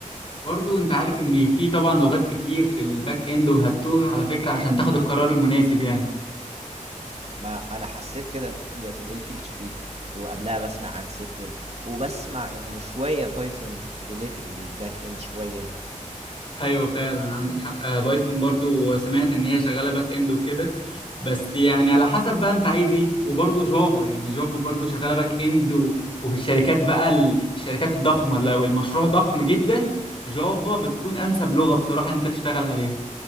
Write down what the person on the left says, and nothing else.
برضو انت عارف ان في طبعا لغات كتير في الباك اند وهتوها على فكرة عشان تاخد القرار المناسب يعني
ايوه فعلا عندك حق آه، بايثون برضو سمعت ان هي شغاله باك اند وكده بس يعني على حسب بقى انت عايز ايه وبرضه جافا يعني جافا برضه شغاله باك اند و... وفي الشركات بقى ال- الشركات الضخمه لو المشروع ضخم جدا جافا بتكون انسب لغه بصراحه ان انت تشتغل عليها